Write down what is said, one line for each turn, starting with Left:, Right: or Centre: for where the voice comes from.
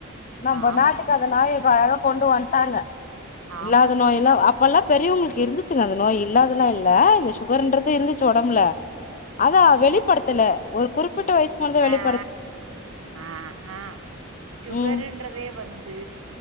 Left: நம்ம
Right: ஆமா
Left: நாட்டுக்கு அந்த <unintelligible> கொண்டு வன்டாங்க
Right: ஆமா
Left: இல்லாத
Right: கண்டிப்பா.
Left: நோய் எல்லா அப்பல்லா பெரியவங்களுக்கு இருந்துச்சுங்க அந்த நோயி இல்லாதெல்லா இல்ல இந்த சுகர்ன்றது இருந்துச்சு ஒடம்புல அதா வெளிப்படுத்தல
Right: இல்
Left: ஒரு குறிப்பிட்ட வயசுக்கு வந்து வெளி
Right: ஆ ஆஹா சுகருன்றதே
Left: ம்
Right: வந் து